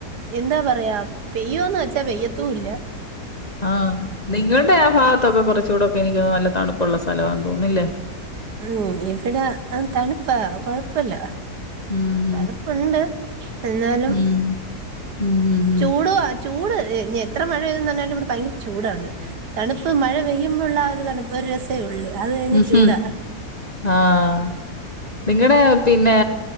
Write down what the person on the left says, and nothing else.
ആഹ് നിങ്ങൾടെ ആ ഭാഗത്തൊക്കെ കുറച്ചുകൂടൊക്കെ എനിക്ക് നല്ല തണുപ്പുള്ള സ്ഥലമാന്ന് തോന്നുന്നില്ലേ?
ഉം.
ഉം ഉം ഉം ഉം ഉം
ഉം ഉം
ഉം ആഹ്. നിങ്ങടെ പിന്നെ